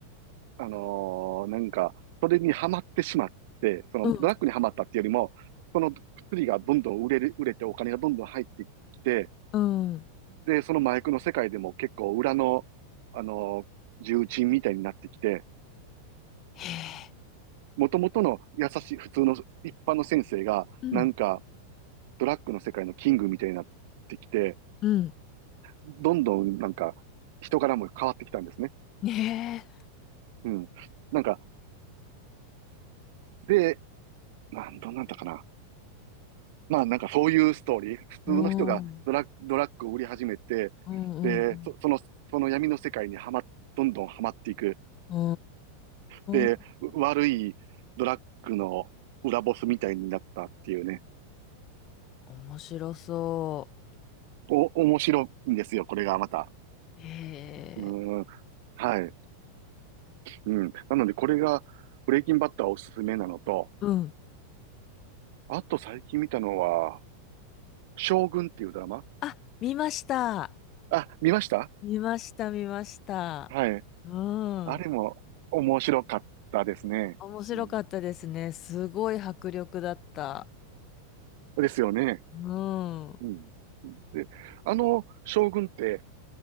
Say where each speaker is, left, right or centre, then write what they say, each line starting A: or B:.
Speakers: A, on the right (about 50°); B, on the left (about 35°).
A: あのーなんか、それにはまってしまって、そのドラッグにはまったっていうよりも、
B: うん。
A: その薬がどんどん売れる、売れてお金がどんどん入ってきて、
B: うん。
A: で、その麻薬の世界でも結構裏の、あのー重鎮みたいになってきて、
B: へえ。
A: 元々の優しい普通の一般の先生が、
B: うん。
A: なんか、ドラッグの世界のキングみたいになってきて、
B: うん。
A: どんどんなんか人柄も変わってきたんですね。
B: ねえ。
A: うん。なんか、で、なん、どんなんだったかな。まあなんかそういうストーリー。普通の人がドラッグ、
B: うん。うん。
A: ドラッグを売り始めて、
B: うん。
A: で、そ、その、その闇の世界にはま、どんどんはまっていく。
B: う
A: で、
B: ん。
A: 悪いドラッグの裏ボスみたいになったっていうね。
B: 面白そ
A: お、面白いんですよ、これがまた。
B: う。へ
A: うん。
B: え。
A: はい。うん。なのでこれが、ブレイキンバッターおすすめなのと、
B: うん
A: あと最近見たのは、将軍っていうドラマ
B: あ、見ました。
A: あ、見ました
B: 見ました、見ました。
A: はい。
B: う
A: あれも面白かったですね。
B: ん。面白かったですね。
A: うん、
B: すごい迫力だった。
A: ですよね。
B: うん。う
A: うん。で、あの、将軍って、